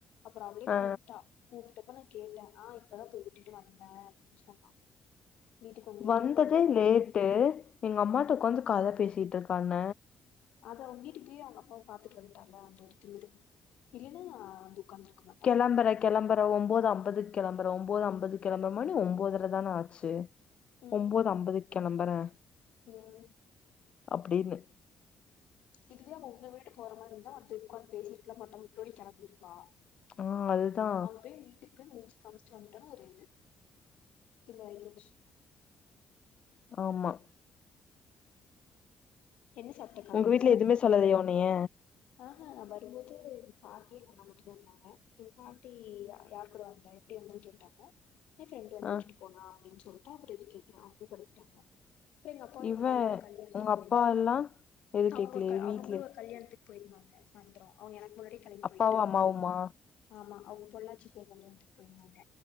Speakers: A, on the left; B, on the left.
A: அப்பற அவளே
B: ஆ
A: கூப்ட்டா கூப்ட்டப்ப நா கேட்டே ஆ இப்பதா போய் விட்டுட்டு வந்தே அப்டின் சொன்னா வீட்டுக்கு வந்துட்டு
B: வந்ததே
A: அவ தங்கச்சி
B: லேட்டு எங்க அம்மாட்ட ஒக்காந்து கத பேசிட்ருக்காங்க
A: அது அவுங்க வீட்டுக் கீழ அவ்ங்க அப்பாவ பாத்துட்டு வந்ட்டால அந்த ஒரு திமிரு இல்லனா அப்டி உக்காந்துருக்குமா
B: கெளம்பறே கெளம்பறே ஒம்போது அம்பதுக் கெளம்பறே ஒம்போது அம்பதுக் கெளம்பறே மணி ஒம்போதறதான ஆச்சு
A: ம்
B: ஒம்போது அம்பதுக் கெளம்புறே
A: ம்
B: அப்டின்னு
A: இதுவே அவ உங்க வீட்டுக்கு வர மாரி இருந்தா அப்டி உக்காந்து பேசிருக்கலா மாட்டா முன்னாடியே கெளம்பிருப்பா
B: ஆ அதுதா
A: அவ போய் வீட்டுக் கு முஞ்சு காமிச்ட்டு வந்டானு ஒரு இது திமிராய்ட்டு
B: ஆமா
A: என்ன சாப்ட்ட காலைல
B: உங்க வீட்ல எதுமே சொல்லலையா உன்னைய
A: ஆ ஹா நா வரும்போது எங்க பாட்டி என்ன கூட்டிட்டு வந்தாங்க எங்க பாட்டி யா யாரு கூட வந்தா என் அப்டி ஒன்னு கேட்டாங்க எ ஃப்ரெண்டு் வந்து
B: ஆ
A: விட்டுட்டு போனா அப்டின் சொல்ட்டு அப்றோ எதுக் கேக்றா அப்டி படுத்துட்டாங்க அப்ற எங்க அப்பாவு
B: இவ
A: அம்மாவுந்தா ஒரு கல்யாணத்துக்கு
B: உங்க
A: போயிருந்தா
B: அப்பா எல்லா எது
A: அவ்ங்க
B: கேக்கலையா
A: ஒரு க அவுங்களு
B: வீட்ல
A: ஒரு கல்யாணத்துக்கு போயிருந்தாங்க சாய்ந்தர அவ்ங்க எனக்கு முன்னாடியே கெளம்பி
B: அப்பாவு
A: போய்ட்டாங்க
B: அம்மாவுமா
A: ஆமா அவுங்க பொள்ளாச்சி போ கல்யாணத்து போயிருந்தாங்க